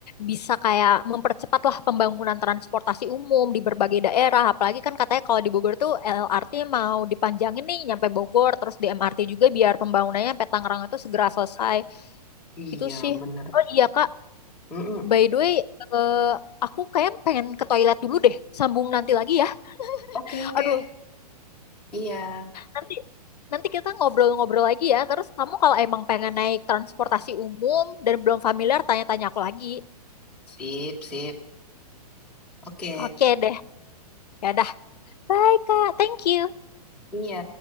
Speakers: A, on the left (about 80°); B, in the centre.
A: bisa kayak mempercepatlah pembangunan transportasi umum di berbagai daerah. Apalagi kan katanya kalau di Bogor tuh LRT mau dipanjangin nih nyampe Bogor, terus di MRT juga biar pembangunannya sampai Tangerang itu segera selesai.
B: Iya,
A: Itu sih.
B: bener.
A: Oh iya Kak,
B: Mm-mm.
A: by the way, eh, aku kayak pengen ke toilet dulu deh. Sambung nanti lagi ya.
B: Oke, oke.
A: Aduh,
B: Iya.
A: Nanti nanti kita ngobrol-ngobrol lagi ya. Terus kamu kalau emang pengen naik transportasi umum dan belum familiar, tanya-tanya aku lagi.
B: Sip, sip. Oke.
A: Oke deh. Ya dah. Bye, Kak. Thank you.
B: Iya.